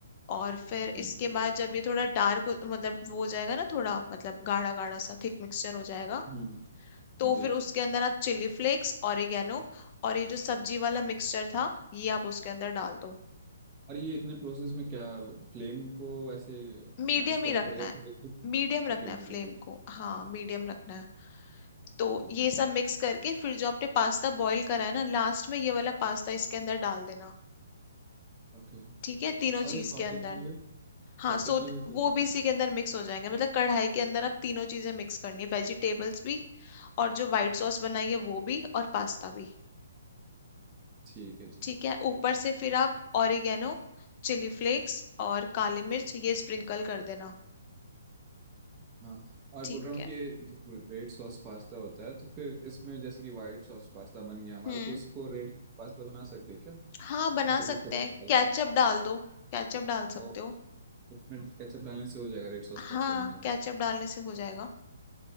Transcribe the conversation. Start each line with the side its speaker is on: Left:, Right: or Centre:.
Left: और फिर
Right: है।
Left: इसके बाद जब ये थोड़ा डार्क मतलब वो हो जाएगा ना थोड़ा मतलब गाढ़ा गाढ़ा सा थिक मिक्सचर हो जाएगा
Right: हम्म
Left: तो
Right: जी
Left: फिर उसके अंदर आप चिली फ्लेक्स ऑरिगेनो और ये जो सब्जी वाला मिक्सचर था ये आप उसके अंदर डाल दो
Right: और ये इतने प्रोसेस में क्या फ्लेम को ऐसे
Left: मीडियम
Right: मैनेज करना
Left: ही रखना
Right: पड़ेगा
Left: है
Right: फिर
Left: मीडियम रखना
Right: Okay medium
Left: है फ्लेम को हाँ मीडियम रखना है तो
Right: ठीक
Left: ये
Right: है
Left: सब मिक्स करके फिर जो आपने पास्ता बॉईल करा है ना लास्ट में ये वाला पास्ता इसके अंदर डाल देना
Right: ओके
Left: ठीक है तीनों
Right: और
Left: चीज
Right: उस सॉटे
Left: के अंदर
Right: किए हुए
Left: हाँ
Right: सॉटे
Left: सो
Right: किए
Left: द-
Right: हुए पे
Left: वो
Right: कर दो।
Left: भी इसी के अंदर मिक्स हो जाएंगे मतलब कढ़ाई के अंदर आप तीनों चीजें मिक्स करनी है वेजिटेबल्स भी और जो व्हाइट सॉस बनाई है वो भी और पास्ता भी
Right: ठीक है जी
Left: ठीक है ऊपर से फिर आप ऑरिगेनो चिली फ्लेक्स और काली मिर्च ये स्प्रिंकल कर देना
Right: हाँ और
Left: ठीक
Right: बोल रहा हूँ
Left: है
Right: कि ये जो रेड सॉस पास्ता होता है तो फिर इसमें जैसे कि व्हाइट सॉस पास्ता बन गया हमारा
Left: हम्म
Right: तो उसको रेड पास्ता बना सकते हैं क्या
Left: हाँ बना
Right: ऐसे
Left: सकते
Right: कुछ रेड
Left: हैं
Right: डाल
Left: केचप डाल दो केचप डाल सकते
Right: के
Left: हो
Right: तो फिर केचप डालने से हो जाएगा रेड सॉस पास्ता
Left: हाँ
Right: बन जाएगा
Left: केचप डालने से हो जाएगा